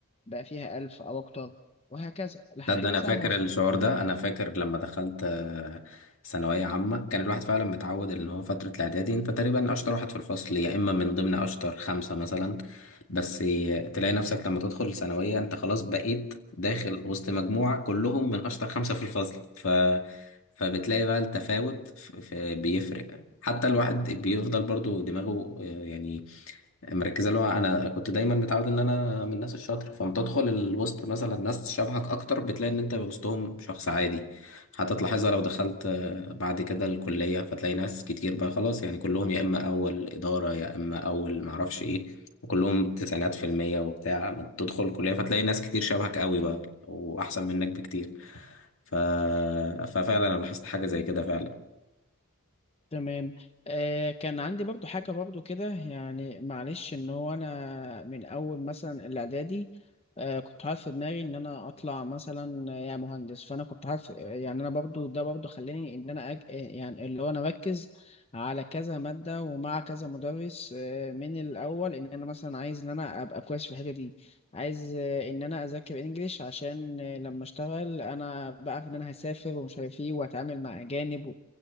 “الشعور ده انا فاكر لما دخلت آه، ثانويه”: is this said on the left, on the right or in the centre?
Left